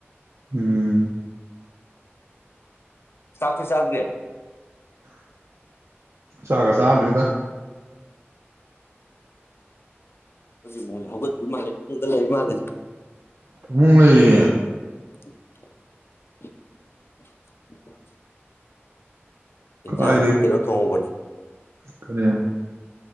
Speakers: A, on the right; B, on the left.
A: ꯎꯝ
B: ꯆꯥꯛꯇꯣ ꯆꯗ꯭ꯔꯤ
A: ꯆꯥꯛꯒ ꯆꯥꯗ꯭ꯔꯤꯗ
B: ꯍꯧꯖꯤꯛ ꯃꯁꯦ ꯍꯧꯒꯠꯇ ꯃꯥꯂꯦ ꯐꯨꯡꯗ ꯂꯩ ꯃꯥꯜꯂꯦ
A: ꯐꯃꯨꯡ ꯂꯩꯔꯤꯌꯦ
B: <unintelligible> <unintelligible> ꯌꯦꯟꯁꯥꯡꯁꯨ
A: ꯀꯥꯏꯗꯒꯤ
B: ꯀꯩꯅꯣ ꯊꯣꯡꯍꯧꯕꯅꯦ
A: ꯀꯔꯤ